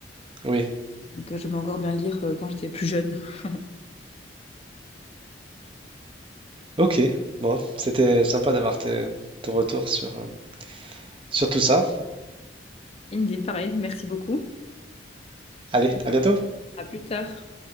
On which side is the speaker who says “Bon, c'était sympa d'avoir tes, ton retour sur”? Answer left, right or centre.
Right